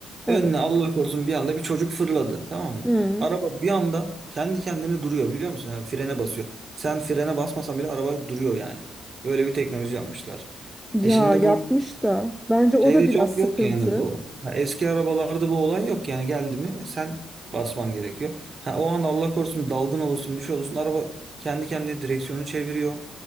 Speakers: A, in the centre; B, on the right.
A: Evet.
B: Önüne Allah korusun bir anda bir çocuk fırladı, tamam mı?
A: Hı.
B: Araba bir anda kendi kendine duruyor biliyor musun? Yani frene basıyor. Sen frene basmasan bile araba duruyor yani. Böyle bir teknoloji yapmışlar.
A: Ya
B: E şimdi
A: yapmış
B: bu
A: da bence o
B: Şeyde
A: da biraz
B: çok yok
A: sıkıntı.
B: yani bu. Ha, eski arabalarda bu olay yok yani geldi mi sen basman gerekiyor. Ha, o an Allah korusun dalgın olursun bir şey olursun araba kendi kendine direksiyonu çeviriyor.